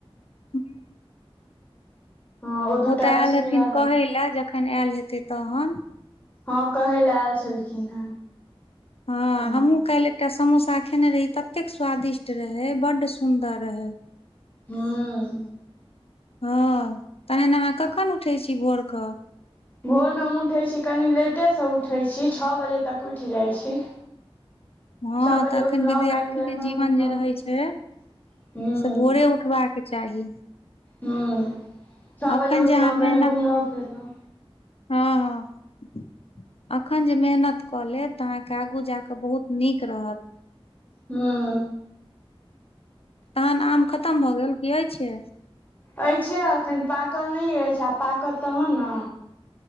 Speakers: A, on the left; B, on the left.
A: हूं
B: हँ दूटा
A: ओ तऽ
B: रसगुल्ला
A: ऐल हेथिन कहै लए जखन आयल हेतै तहन
B: हँ कहय ले ऐल छलखिन हेँ।
A: हँ
B: तहन
A: हमहुं काइल एकटा समोसा खेने रही ततेक स्वादिष्ट रहै बड्ड सुंदर रहय।
B: हूम्म
A: हँ तहन अहाँ कखन उठै छी भोर क?
B: भोरमे हम उठै छी कनि लेटेसँ उठै छी छ बजे तक उठि जाइ छी।
A: हँ
B: छओ बजे
A: तऽ अखैन
B: उठलहुँ
A: विद्यार्थीके
B: कनि देर एम्हर
A: जीवन
B: घुमलहुँ
A: जे
B: फिरलहुँ
A: रहै छै
B: हूँ
A: से भोरे उठबाक चाही।
B: हूं छ
A: अखन
B: बजे उठलौं
A: जे अहाँ मेहनत
B: कनि घुमलौं फिरलौं
A: हँ हँ अखनि जे मेहनत कऽ लेब तऽ अहाँके आगू जाकऽ बहुत नीक रहत।
B: हूॅं
A: तहन आम खतम भऽ गेल की अइछै?
B: अइछे अखन पाकल नै ऐछ आब पाकत तहन ने।